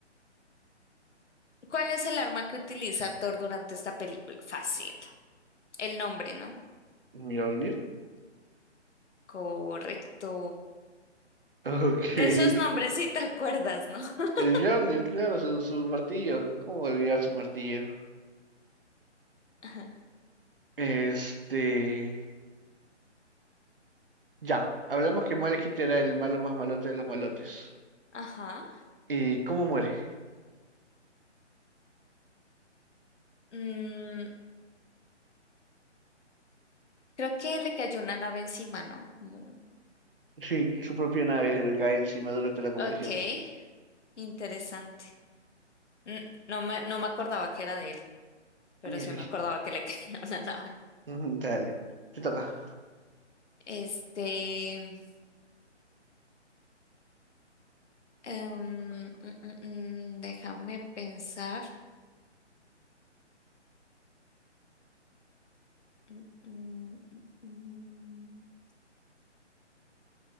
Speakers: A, on the left; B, on the right.
A: ¿cuál es el arma que utiliza Thor durante esta película? Fácil. El nombre, ¿no?
B: ¿Mjolnir?
A: Correcto.
B: <laughs>
A: De esos
B: Ok.
A: nombres sí te acuerdas, ¿no? <laughs>
B: El Mjolnir, claro, su, su martillo. ¿Cómo olvidar su martillo?
A: Ajá.
B: Este... Ya, hablamos que Malekith era el malo más malote de los malotes.
A: Ajá.
B: ¿Y cómo muere?
A: Mm, creo que le cayó una nave encima, ¿no? Como-
B: Sí, su propia nave le cae encima durante la convergencia.
A: Ok, interesante. N- No me, no me acordaba que era de él, pero
B: <laughs>
A: sí me acordaba que le <laughs> cayó una nave.
B: Dale, te toca.
A: Este. Em, mm, mm, mm, déjame pensar. Mm, mm, mm, mm.